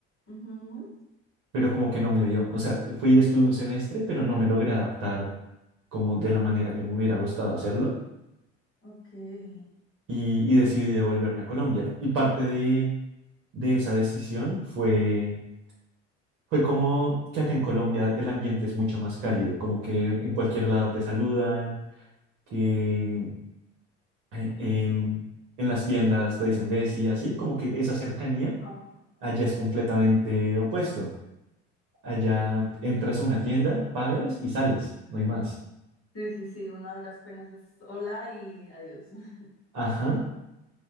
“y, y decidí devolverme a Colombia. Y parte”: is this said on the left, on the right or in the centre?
Right